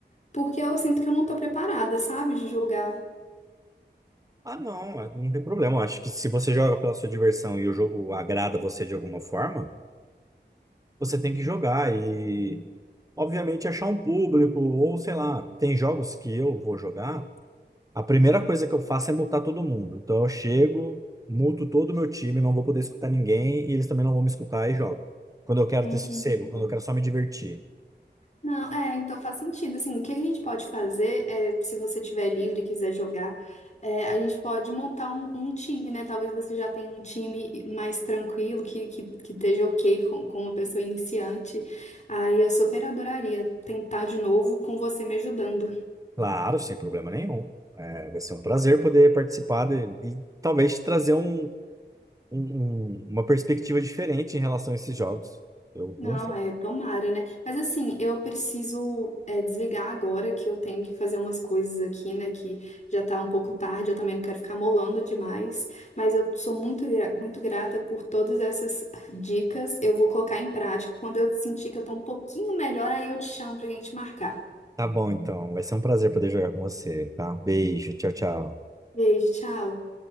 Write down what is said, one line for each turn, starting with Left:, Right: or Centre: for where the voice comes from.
Left: porque eu sinto que eu não tô preparada, sabe? De jogar.
Right: Ah, não, é- não tem problema. Eu Acho que se você joga pela sua diversão e o jogo agrada você de alguma forma, você tem que jogar e, obviamente, achar um público, ou sei lá, tem jogos que eu vou jogar, a primeira coisa que eu faço é multar todo mundo. Então eu chego, multo todo o meu time, não vou poder escutar ninguém e eles também não vão me escutar e jogo. Quando eu quero
Left: Uhum.
Right: ter sossego, quando eu quero só me divertir.
Left: Não, é, então faz sentido. Assim, o que a gente pode fazer é, se você tiver livre e quiser jogar, é, a gente pode montar um, um time, né? Talvez você já tenha um time mais tranquilo, que, que, que esteja ok com, com uma pessoa iniciante. Aí eu super adoraria tentar de novo com você me ajudando.
Right: Claro, sem problema nenhum. É, vai ser um prazer poder participar de- e talvez te trazer um. um- um- uma perspectiva diferente em relação a esses jogos. Eu, com
Left: Não, é, tomara, né? Mas assim, eu preciso é, desligar agora que eu tenho que fazer umas coisas aqui, né? Que já tá um pouco tarde, eu também não quero ficar molando demais. Mas eu sou muito, gra- muito grata por todas essas dicas. Eu vou colocar em prática. Quando eu sentir que eu tô um pouquinho melhor, aí eu te chamo pra gente marcar.
Right: tá bom, então. Vai ser um prazer poder jogar com você, tá? Beijo, tchau, tchau.
Left: Beijo, tchau.